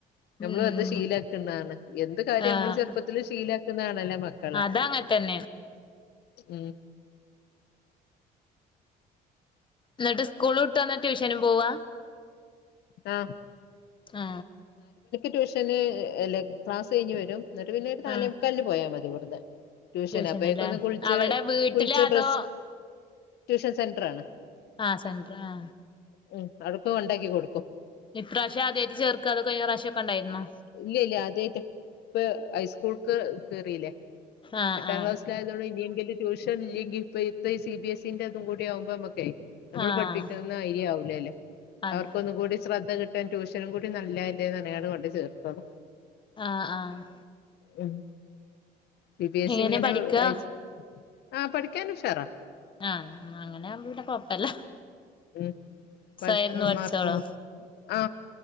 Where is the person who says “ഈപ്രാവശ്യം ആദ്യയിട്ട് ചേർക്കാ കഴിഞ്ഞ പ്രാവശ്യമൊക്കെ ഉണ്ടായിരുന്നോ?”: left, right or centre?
Left